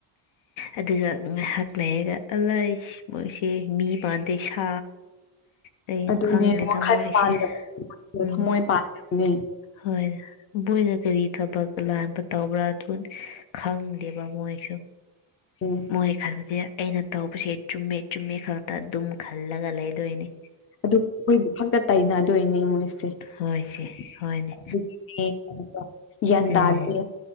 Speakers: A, on the left; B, on the left.
A: ꯑꯗꯨꯒ ꯉꯥꯏꯍꯥꯛ ꯂꯩꯔꯒ <unintelligible> <unintelligible> ꯁꯦ ꯃꯤ ꯃꯥꯟꯗꯦ ꯁꯥ ꯀꯩꯅꯣ
B: ꯑꯗꯨꯅꯦ
A: ꯈꯪꯗꯦꯗ
B: ꯋꯥꯈꯜ
A: ꯃꯣꯏꯁꯦ
B: ꯄꯥꯟꯗꯕ
A: ꯎꯝ
B: ꯊꯃꯣꯏ ꯄꯥꯟꯗꯕꯅꯦ
A: ꯍꯣꯏ ꯃꯣꯏꯅ ꯀꯔꯤ ꯊꯕꯛ ꯑꯂꯥꯟꯕ ꯇꯧꯕ꯭ꯔꯥ ꯑꯗꯨ ꯈꯪ ꯗꯦꯕ ꯃꯣꯏꯁꯨ
B: ꯎꯝ
A: ꯃꯣꯏ ꯈꯟꯕꯗꯤ ꯑꯩꯅ ꯇꯧꯕꯁꯦ ꯆꯨꯝꯃꯦ ꯆꯨꯝꯃꯦ ꯈꯛꯇ ꯑꯗꯨꯝ ꯈꯜꯂꯒ ꯂꯩꯗꯣꯏꯅꯤ
B: ꯑꯗꯨ ꯃꯣꯏꯗꯨ ꯈꯛꯇ ꯇꯩꯅꯗꯣꯏꯅꯦ ꯃꯣꯏꯁꯦ
A: ꯍꯣꯏꯁꯦ
B: <unintelligible>
A: ꯍꯣꯏꯅꯦ
B: ꯒ꯭ꯌꯥꯟ
A: ꯎꯝ
B: ꯇꯗ꯭ꯔꯤ